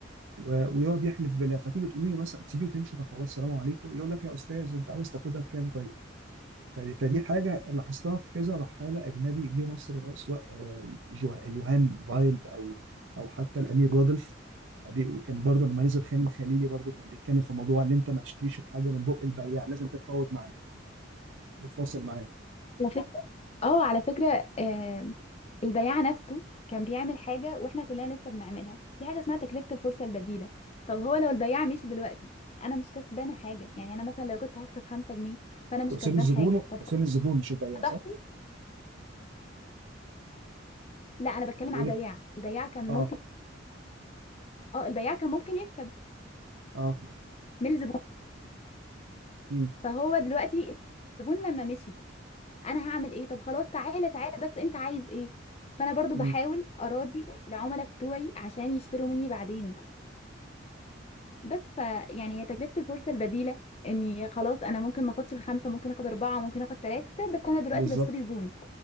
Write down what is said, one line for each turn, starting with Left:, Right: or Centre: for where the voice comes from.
Right: و- ويقعد يحلف بالله فتيجي تقولي له مثلا تسيبيه وتمشي طب خلاص سلام عليكم يقول لك يا استاذ انت عاوز تاخدها بكام طيب ف- فدي حاجه لاحظتها في كذا رحاله اجنبي جه مصر اللي هو سواء آه، جو- يوهان بايلد او او حتى الامير رودلف بي- كان برضه لما نزل خان الخليلي برضه كان بيتكلم في موضوع ان انت ما تشتريش الحاجه من بق البياع لازم تتفاوض معاه وتفاصل معاه
Left: على فكرة اه على فكرة آه البياع نفسه كان بيعمل حاجة واحنا كلنا لسه بنعملها في حاجة اسمها تكلفة الفرصة البديلة طب هو لو البياع مشي دلوقتي انا مش كسبانة حاجة يعني انا مثلا لو كنت هكسب خمسة جنيه فانا مش
Right: تقصد
Left: كسبان
Right: الزبون
Left: حاجة طب
Right: تقصد
Left: هو
Right: الزبون مش البياع صح؟
Left: ضحي لا انا بتكلم
Right: بقول
Left: على
Right: لك
Left: البياع البياع كان
Right: اه
Left: ممكن اه البياع كان ممكن يكسب
Right: اه
Left: من الزبون
Right: امم
Left: فهو دلوقتي الزبون لما مشي انا هعمل ايه طب خلاص تعالى تعالى بس انت عايز ايه فانا برضو
Right: امم
Left: بحاول اراضي العملاء بتوعي عشان يشتروا مني بعدين بس ف يعني هي تكلفه الفرصه البديله اني خلاص انا ممكن ما اخدش الخمسه ممكن اخد اربعه ممكن اخد ثلاثه بس انا دلوقتي
Right: بالظبط
Left: بشتري زبون